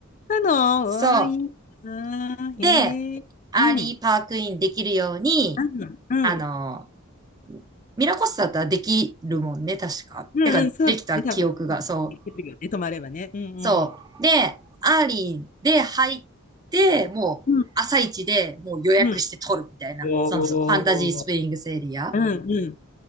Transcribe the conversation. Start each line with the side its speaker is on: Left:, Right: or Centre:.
Left: なの、
Right: そう。
Left: うわ、いいな。へえ。
Right: で、アーリーパークインできるように、
Left: うん。あ、うん。うん
Right: あの、ミラコスタだったらできるもんね、確か。
Left: うん。
Right: てか、
Left: そうだね、
Right: できた記憶が、
Left: 多分ね。
Right: そう。
Left: できるよね、泊まればね。うんうん。
Right: そう。で、アーリーで入って、もう、
Left: うん
Right: 朝一でもう予約して取るみたいな、
Left: うん。おお。
Right: そのファンタジースプリングスエリア。
Left: うんうん。